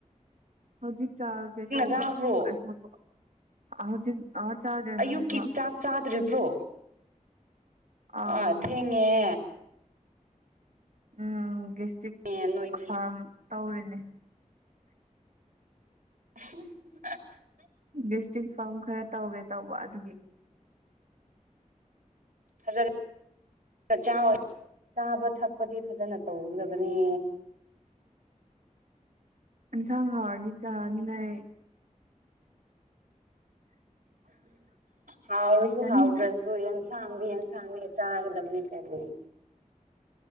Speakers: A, on the right; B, on the right.
A: ꯍꯧꯖꯤꯛ ꯆꯥꯒꯦ ꯇꯧꯕ
B: ꯆꯥꯕ꯭ꯔꯣ
A: ꯑꯩꯈꯣꯏ ꯍꯧꯖꯤꯛ ꯑꯥ ꯆꯥꯗ꯭ꯔꯦ
B: ꯑꯌꯨꯛꯀꯤ
A: ꯍꯧꯖꯤꯛꯐꯥꯎ
B: ꯆꯥꯛ ꯆꯥꯗ꯭ꯔꯤꯕ꯭ꯔꯣ
A: ꯑꯥꯎ
B: ꯑ ꯊꯦꯡꯉꯦ
A: ꯎꯝ ꯒꯦꯁꯇ꯭ꯔꯤꯛ
B: ꯑꯦ ꯅꯣꯏꯗꯤ
A: ꯐꯥꯔꯝ ꯇꯧꯔꯤꯅꯦ
B: <inaudible>
A: ꯕꯤꯁꯇ꯭ꯔꯤꯛ ꯐꯥꯔꯝ ꯈꯔ ꯇꯧꯒꯦ ꯇꯧꯕ ꯑꯗꯨꯒꯤ
B: ꯐꯖꯅ ꯆꯥꯕ ꯊꯛꯄꯗꯤ ꯐꯖꯅ ꯇꯧꯒꯗꯕꯅꯦ
A: ꯏꯟꯁꯥꯡ ꯍꯔꯗꯤ ꯆꯅꯤꯡꯉꯥꯏ
B: ꯍꯥꯎ꯭ꯔꯁꯨ
A: ꯆꯥꯅꯤꯡ
B: ꯍꯥꯎꯗ꯭ꯔꯁꯨ ꯌꯦꯟ ꯁꯗ ꯌꯦꯟ ꯥꯡ ꯆꯍꯒ ꯗꯕꯅꯤ ꯀꯅꯤ